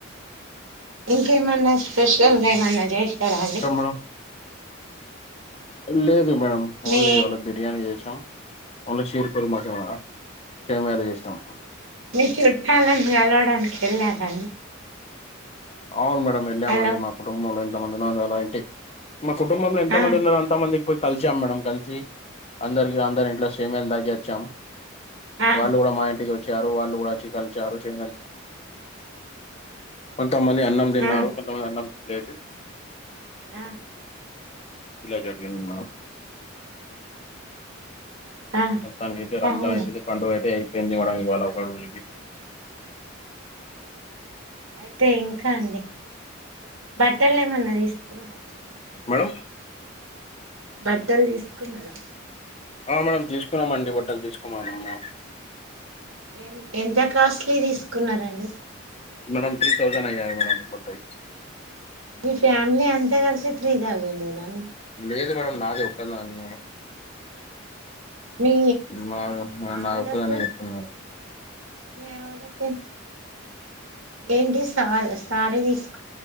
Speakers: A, on the right; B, on the left.
A: ఇంకేమన్నా స్పెషల్ ఏమన్నా చేశారా అండి
B: మేడం లేదు మేడం
A: మీ
B: ఓన్లీ వావాళ బిర్యానీ చేసాం న్లీ కషీర పూరు మొ సషమ్యాద చేసినాం
A: మీ చుట్టాలని కలవడానికి వెళ్ళారండి
B: అవును మేడం వెళ్ళామండి
A: హలో
B: మా కుటుంబంలో ఎంతమంది ఉందో అలాంటి మా కుటుంబంంలో ఎంత
A: ఆ
B: మంది ఉన్నారు అంత మందికి పోయి కలిసాం మేడడం కలిసి అందరికి అందరి ఇంట్లో సేమలు తాగి వచ్చాం
A: ఆ
B: వాళ్ళు కూడా మాయంటికి చార వాళ ఉడచ కలు చార చె మా కొంతమంది అన్నం తిన్నారు
A: ఆ
B: కొంతమంది అన్నం తినలేదు.
A: ఆ
B: ఇలా జరిగింది మక్.
A: ఆ
B: మొత్తానికి అయితే రంజాన్
A: అవును
B: అయిపోయింది. పండుగ అయితే అయిపోయింది మనికి వాళ్లు అవపడరు ఉలికి.
A: అయితే ఇంకా అండి. బట్టలు ఏమన్నా తీసుకున్నారా. రంజాన్
B: మేడం.
A: బట్టలు తీసుకున్నారా.
B: ఆ మేడం తీసుకున్నామ్ అండి బట్టలు తీసుకున్నామ్ మేమ్.
A: ఎ ఎంత కాస్ట్లీ తీసుకున్నారండి.
B: మేడం త్రీ తౌసండ్ అయ్యాయి మేడం బట్టలకి.
A: మీ ఫ్యామిలీ అంతా కలిసి త్రీ థౌసండ్ ఏనా.
B: లేదు మేడం నాది ఒక దాన్నన్ని.
A: మీ
B: మా
A: ఆవిడకు
B: నా ఒక్కదానికి ఇతున్నారు.
A: మీ ఆవిడకి ఏంటి సార్ సారీ తీసుక్.